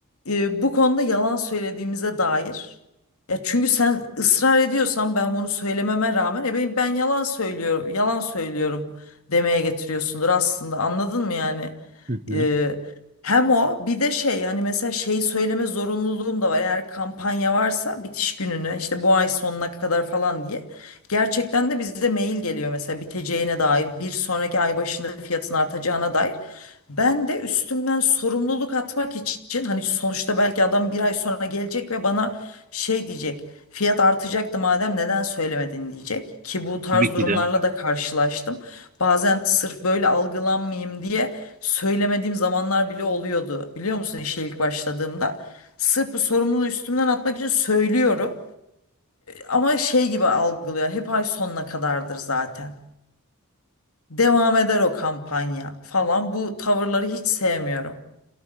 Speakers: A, on the left; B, on the right.
A: e, bu konuda yalan söylediğimize dair. Ya çünkü sen ısrar ediyorsan ben bunu söylememe rağmen e ben, ben yalan söylüyorum, yalan söylüyorum demeye getiriyorsundur aslında. Anladın mı yani?
B: <laughs>
A: E, hem o bir de şey yani mesela şey söyleme zorunluluğum da var. Eğer kampanya varsa bitiş gününe işte bu ay sonuna kadar falan diye. Gerçekten de bize mail geliyor mesela biteceğine dair bir sonraki ay başında fiyatın artacağına dair. Ben de üstümden sorumluluk atmak için hani sonuçta belki adam bir ay sonra gelecek ve bana şey diyecek. Fiyat artacaktı madem neden söylemedin diyecek. Ki bu tarz
B: Tabii ki
A: durumlarla
B: de.
A: da karşılaştım. Bazen sırf böyle algılanmayayım diye söylemediğim zamanlar bile oluyordu. Biliyor musun işe ilk başladığımda. Sırf bu sorumluluğu üstümden atmak için söylüyorum. Ama şey gibi algılıyor. Hep ay sonuna kadardır zaten. Devam eder o kampanya falan. Bu tavırları hiç sevmiyorum.